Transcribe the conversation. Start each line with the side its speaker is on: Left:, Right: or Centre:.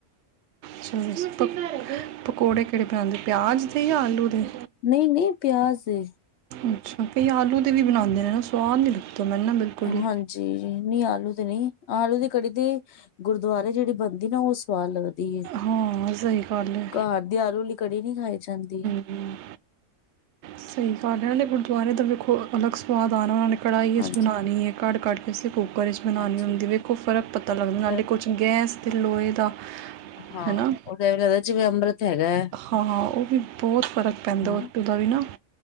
Right: ਚਲ ਵੈਸੇ ਪ ਪਕੌੜੇ ਕਿਹੜੇ ਬਣਾਉਦੇ ਪਿਆਜ਼ ਦੇ ਜਾਂ ਆਲੂ ਦੇ
Left: ਨਹੀਂ- ਨਹੀਂ ਪਿਆਜ ਦੇ
Right: ਅੱਛਾ, ਕਈ ਆਲੂ ਤੇ ਵੀ ਬਣਾਉਂਦੇ ਨੇ ਨਾ ਸਵਾਦ ਨੀ ਲਗਦੇ ਮੈਂਨੂੰ ਬਿਲਕੁਲ
Left: ਹਾਂਜੀ।
Right: ਵੀ
Left: ਜੀ - ਜੀ ਨਹੀਂ ਆਲੂ ਤੇ ਨਹੀਂ ਆਲੂ ਦੀ ਕੜੀ ਤੇ ਗੁਰਦੁਆਰੇ ਜਿਹੜੀ ਬਣਦੀ ਨਾ ਉਹ ਸਵਾਦ ਲੱਗਦੀ। ਏ,
Right: ਹਾਂ ਸਹੀ ਗੱਲ ਹੈ
Left: ਘਰ ਦੀ ਆਲੂ ਕੜੀ ਨਹੀਂ ਖਾਈ ਜਾਂਦੀ।
Right: ਹੂੰ, ਸਹੀ ਗੱਲ ਏ ਗੁਰਦੁਆਰੇ ਦਾ ਵੇਖੋ ਅਲੱਗ ਸਵਾਦ ਆਣਾ ਉਹਨਾਂ ਨੇ ਕੜਾਈ
Left: ਹਾਂਜੀ
Right: 'ਚ ਬਣਾਣੀ ਹੈ ਕੜ-ਕੜ ਕੇ ਅਸੀਂ ਕੁੂੱਕਰ 'ਚ ਬਣਾਉਣੀ
Left: ਹਾਂਜੀ
Right: ਹੁੰਦੀ ਵੇਖੋ ਫਿਰ ਫਰਕ ਪਤਾ ਲੱਗਦਾ
Left: ਫਿਰ
Right: ਕੁਛ ਗੈਸ ਤੇ ਲੋਹੇ ਦਾ
Left: ਹਾਂ
Right: ਹੈ ਨਾ
Left: ਉਹ ਤਾ ਇਹਵੇਂ ਲੱਗਦਾ ਜਿਵੇਂ ਅੰਮ੍ਰਿਤ ਹੈਗਾ ਹੈ
Right: ਹਾਂ, ਉਹ ਵੀ ਬਹੁਤ ਫ਼ਰਕ ਪੈਂਦਾ
Left: ਹਾਂ
Right: ਉਟੂ ਦਾ ਵੀ ਨਾ।